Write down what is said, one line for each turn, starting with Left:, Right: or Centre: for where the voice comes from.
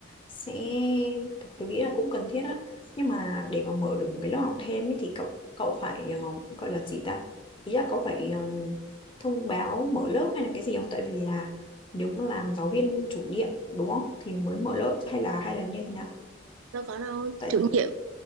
Left: sẽ tôi nghĩ là cũng cần thiết á nhưng mà để mà mở được một cái lớp học thêm ấy, thì cậu cậu phải ờ, gọi là gì ta ý là cậu phải ờ, thông báo mở lớp hay là cái gì không tại vì là nếu mà làm giáo viên chủ nhiệm đúng không thì mới mở lớp hay là hay là như thế nào
Right: đâu có đâu
Left: tại
Right: chủ nhiệm